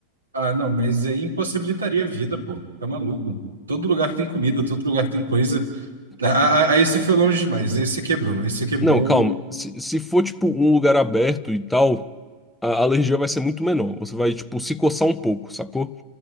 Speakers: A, on the right; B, in the centre.
A: Ah, não, mas aí impossibilitaria a vida, pô. Tá maluco. Todo lugar tem comida, todo lugar tem coisa. Ah, ah, ah, ah, esse foi longe demais. Esse quebrou. Esse quebrou.
B: Não, calma. Se, se for, tipo, um lugar aberto e tal, a a alergia vai ser muito menor. Você vai, tipo, se coçar um pouco, sacou?